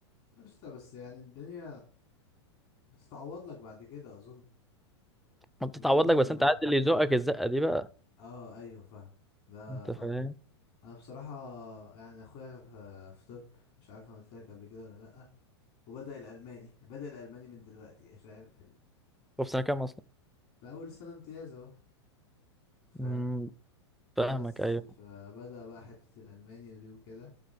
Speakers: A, on the left; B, in the centre.
A: قشطة بس يعني الدنيا بتتعوض لك بعد كده اظن
B: ما بتتعوض
A: بتجيب همها
B: لك بس انت عارف اللي يزقك الزقه دي بقى
A: اه ايوه فاهم ده
B: انت
A: فاهم
B: فاهم
A: انا بصراحه يعني اخويا في في طب مش عارف انا قلت لك قبل كده ولا لا وبدا الالماني بدا الالماني من دلوقتي فاهم
B: هو في سنه كام
A: في اول سنه امتياز اهو فاهم
B: اصلا فاهمك
A: بس
B: ايوه
A: فبدا بقى حته الالماني ودي وكده